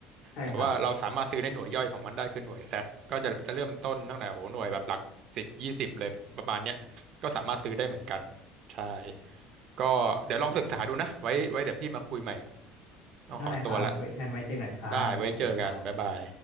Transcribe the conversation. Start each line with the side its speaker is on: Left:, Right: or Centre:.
Left: ใช่ครับ
Right: แต่ว่าเราสามารถซื้อในหน่วยย่อยของมันได้คือหน่วยแซทก็จะจะเริ่มต้นตั้งแต่โหหน่วยแบบหลักสิบยี่สิบเลยประมาณเนี้ยก็สามารถซื้อได้เหมือนกันใช่ ก็เดี๋ยวลองศึกษาดูนะไว้ไว้เดี๋ยวพี่มาคุยใหม่ต้องขอตัวละ
Left: ได้ครับไว้งั้นไว้เจอกันครับขอบคุณครับ
Right: ได้ไว้เจอกันบ๊ายบาย